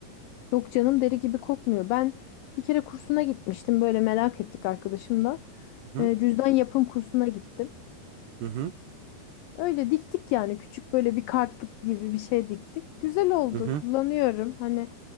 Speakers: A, on the left; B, on the right.
A: Yok canım deri gibi kokmuyor. Ben bir kere kursuna gitmiştim. Böyle merak ettik arkadaşımla.
B: Hı hı.
A: E, cüzdan yapım kursuna gittim.
B: Hı hı.
A: Öyle diktik yani küçük böyle bir kartlık gibi bir şey diktik. Güzel oldu
B: Hı hı.
A: kullanıyorum. Hani